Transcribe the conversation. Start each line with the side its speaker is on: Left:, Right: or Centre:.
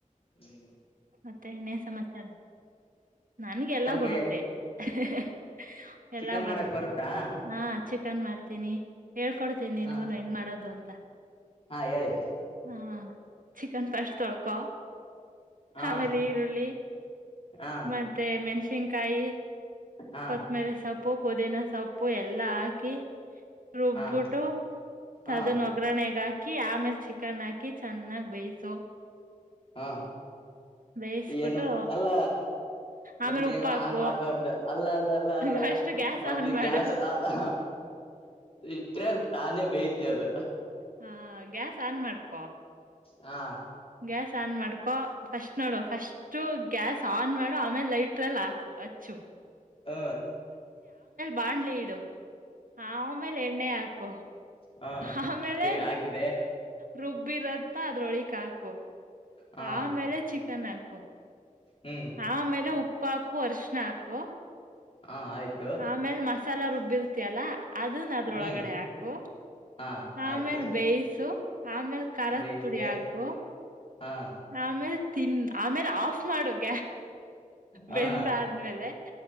Left: ಹ
Right: ಮತ್ತೆ ಎಣ್ಣೇ ಸಮಾಚಾರ ನನ್ಗೆ ಎಲ್ಲಾ
Left: ತಮ್ಗೆ
Right: ಬರುತ್ತೆ ಹ
Left: ಚಿಕನ್
Right: ಎಲ್ಲಾ ಬರುತ್ತೆ
Left: ಮಾಡಕ್ ಬರುತ್ತಾ
Right: ಹಾ ಚಿ ಕನ್ ಮಾಡ್ತೀನಿ ಹೇಳ್ಕೊಡ್ತೀನಿ
Left: ಹ
Right: ನೀಗನು ಹೆಂಗ ಮಾಡೋದು ಅಂತ
Left: ಹಾ ಹೇಳಿ
Right: ಹಾ ಚಿಕನ್ ಫಸ್ಟ್ ತೊಳಕೊ
Left: ಹಾ
Right: ಅವಮೇಲೆ ಈರುಳ್ಳಿ
Left: ಹಾ
Right: ಮತ್ತೆ ಮೆಣಸಿನ್ ಕಾಯಿ
Left: ಹಾ
Right: ಕೊತ್ತಮರಿ ಸೊಪ್ಪು ಪುದೀನ ಸೊಪ್ಪು ಎಲ್ಲಾ ಹಾಕಿ ರುಬ್ಬಿಟ್ಟು
Left: ಹಾ ಹಾ
Right: ಅದನ್ನ ಒಗ್ಗರಣೆೆಗೆ ಹಾಕಿ ಆಮೇಲೆ ಚಿಕ್ಕ ಕಣಕ ಚೆನ್ನಾಗ ಬೇಯಸೋ
Left: ಹಾ
Right: ಬೇಯಿಸಬಿಟ್ಟು
Left: ಏನು ಅಲ್ಲ ಮೊದ್ಲ
Right: ಆಮೇಲೆ ಉಪ್ಪ
Left: ಏನು
Right: ಹಾಕು
Left: ಆನ್ ಮಾಡ್ಬಾರ್ದ ಅಲ್ಲ ಅಲ್ಲ ಅಲ್ಲ ಅಲ್ಲ
Right: ಫಸ್ಟ್ ಗ್ಯಾಸ್
Left: ಮೊದ್ಲು
Right: ಆನ್ ಮಾಡು
Left: ಗ್ಯಾಸ್ ಅಲ್ಲ ಇಟ್ರೆ ತಾನೇ ಬಯತ್ ತ್ಯದ
Right: ಹಾ ಗ್ಯಾಸ್ ಆನ್ ಮಾಡ್ತ
Left: ಹಾ
Right: ಗ್ಯಾಸ್ ಆನ್ ಮಾಡ್ಕೊ ಫಸ್ಟ್ ನೋಡೋ ಫಸ್ಟ್ ಗ್ಯಾಸ್ ಆನ್ ಮಾಡೋ ಆಮೇಲೆ ಲೈಟ್ರಲ್ಲಿ ಹಾಕು ಹಚ್ಚು
Left: ಹ
Right: ಬಾನ್ಲಿ ಇಡು ಆಮೇಲೆ ಎಣ್ಣೆ ಹಾಕು
Left: ಹಾ
Right: ಆಮೇಲೆ
Left: ಹೇ ಹಾಕಿದೆ
Right: ರುಬ್ಬ ಬ ಬಿರತ್ತ ಅದ್ರೊಳಿಕೆ ಹಾಕು
Left: ಹಾ
Right: ಆಮೇಲೆ ಚಿಕನ್ ಹಾಕು
Left: ಹ್ಮ್
Right: ಹ ಆಮೇಲೆ ಉ ಉಪ್ಪ ಹಾಕು ಅರ್ಶಣ ಹಾಕುವ
Left: ಹಾ ಆಯ್ತು
Right: ಆಮೇಲ್ ಮಸಾಲಾ ರುಬ್ಬಿರ್ತಿಯಲ್ಲ ಅದನ್ ಅದ್ರೊಳಗಡೆ
Left: ಹ್ಮ್
Right: ಹಾಕು
Left: ಹಾ
Right: ಆಮೇಲ್
Left: ಆಯ್ತು
Right: ಬೇಯ್ಸು ಆಮೇಲ್ ಖಾರದ
Left: ಬೇಯಿಸ್ದೆ
Right: ಪುಡಿ ಹಾಕು
Left: ಹಾ
Right: ಆಮೇಲೆ ತಿನ್ ಆಮೇಲೆ ಆಫ್ ಮಾಡಕ್
Left: ಹಾ
Right: ಬೆಂದಾದ್ಮೇಲೆ